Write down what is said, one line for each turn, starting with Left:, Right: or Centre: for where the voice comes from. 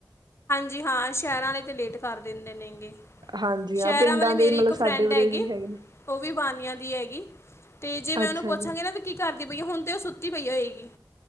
Left: ਜੀ ਹਾਂ ਸੈ਼ਰਾਂ ਅਲੇ ਤੇ ਲੇਟ ਕਰ ਦੇੰਦੇ ਨੇਗੇ।
Right: ਹਾਂਜੀ
Left: ਸੈ਼ਰਾਂ
Right: ਹਾਂ ਪਿੰਡਾਂ
Left: ਵਾਲੇ ਮੇਰੀ
Right: ਦੇ ਮਤਲਬ
Left: ਇੱਕ ਫਰੈਂਡ
Right: ਸਾਡੇ ਉਰੇ
Left: ਹੈਗੀ,
Right: ਵੀ ਹੈਗੇ ਨੇ
Left: ਔ ਵੀ ਬਾਨੀਆਂ ਦੀ ਹੈਗ ਗੀ। ਤੇ ਜੇ ਮੈਂ
Right: ਅੱਛਾ
Left: ਔਨੂੰ ਪੋਛਾਂਗੀ
Right: ਜੀ
Left: ਨਾ ਵੀ ਕੀ ਕਰ ਸੁਤੀ ਪਈ ਐ ਹੁਣ ਤੇ ਔ ਸੁੱਤੀ ਪਈ ਹੋਏਗੀ।